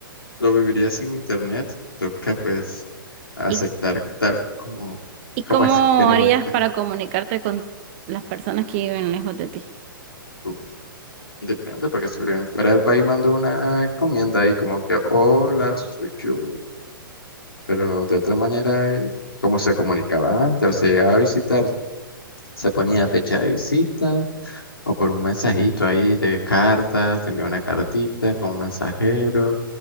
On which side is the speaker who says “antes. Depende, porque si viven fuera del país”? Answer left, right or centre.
Left